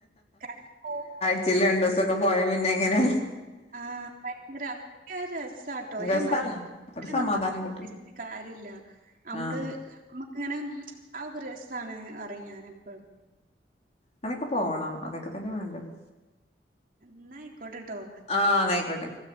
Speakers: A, on the right (about 50°); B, on the left (about 35°).
A: കാരണം <unintelligible>
B: ആഴ്ചെല് രണ്ട്സംക്കെ പോയാ പിന്നെ എങ്ങനെ
A: ആഹ് ഭയങ്കര അത് ഒരു രസ ട്ടോ
B: രസാണ്
A: ഞാൻ പറിം <unintelligible>
B: ഒരു സമാധാനം കിട്ടും
A: കാര്യല്ല നമ്മള്
B: ആഹ്
A: നമ്മക്ക് ഇങ്ങനെ അതൊക്കെ ഒര് രസണ് പറിം ഞാൻ എപ്പഴും
B: അങ്ങനെക്കെ പോണം അതൊക്കെ തന്നെ വേണ്ടത്
A: ന്ന ആയിക്കോട്ടെ ട്ടൊ
B: ആഹ് ന്നായിക്കോട്ടെ